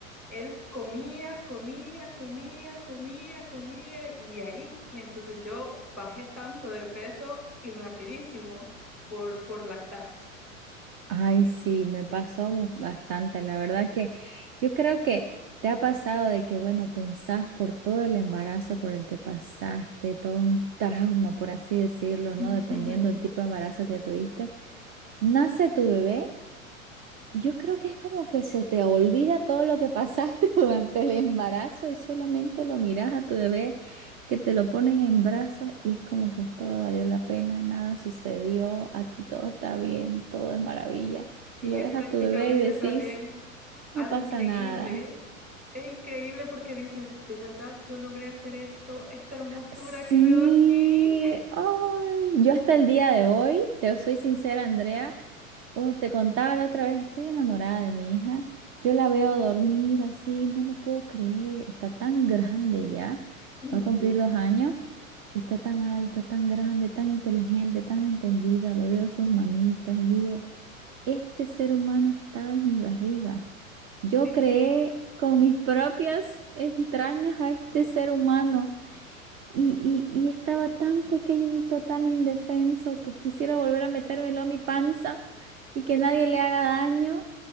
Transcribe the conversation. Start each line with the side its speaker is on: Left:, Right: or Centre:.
Centre: él comía, comía, comía, comía, comía, y ahí, y entonces yo bajé tanto de peso y rapidísimo por, por lactar.
Right: Ay, sí, me pasó bu- bastante. La verdad que yo creo que te ha pasado de que, bueno, pensás por todo el embarazo por el que pasaste, todo un trauma, por así decirlo, ¿no?
Centre: <laughs>
Right: Dependiendo del tipo de embarazo que tuviste. Nace tu bebé. Yo creo que es como que se te olvida todo lo que pasaste <laughs> durante el embarazo y solamente lo miras a tu bebé que te lo ponen en brazos y es como que todo valió la pena, nada sucedió, aquí todo está bien, todo es maravilla. Y
Centre: Y
Right: lo
Centre: es
Right: ves
Centre: prácticamente
Right: a tu bebé y decís,
Centre: también
Right: no
Centre: algo
Right: pasa
Centre: increíble.
Right: nada.
Centre: Es increíble porque dice, de verdad yo logré hacer esto, esta hermosura
Right: Sí,
Centre: que veo aquí.
Right: ay, yo hasta el día de hoy, te soy sincera, Andrea. Como te contaba la otra vez, estoy enamorada de mi hija. Yo la veo dormir así, no lo puedo creer. Está tan grande ya,
Centre: <laughs>
Right: va a cumplir dos años y está tan alta, tan grande, tan inteligente, tan entendida. Le veo sus manitas y digo, este ser humano estaba en mi barriga. Yo
Centre: Sí,
Right: creé con mis propias entrañas a este ser humano. Y, y, y estaba tan pequeñito, tan indefenso, que quisiera volver a metérmelo a mi panza y que nadie le haga daño.